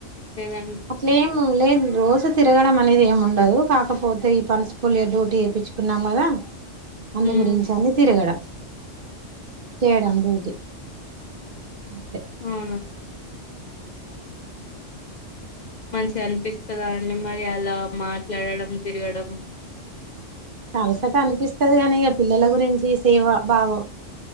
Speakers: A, on the left (about 45°); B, on the right (about 50°).
A: లేేదం
B: అట్లెం లేదు రోజు తిరగడం అనేది ఏమి ఉండదు కాకపోతే ఈ పల్సుపులియ డ్యూటీ వేయించుకున్నాం కదా అందు
A: ఉమ్
B: గురించ అన్ని తిరగడం చేయడం డ్యూటీ అంతే
A: అవునా మంచిగా అనిపిస్తాదా అండి మరి అలా మాట్లాడడం తిరగడం
B: అలసట అనిపిస్తది కాని ఆ పిల్లల గురించి సేవ భావం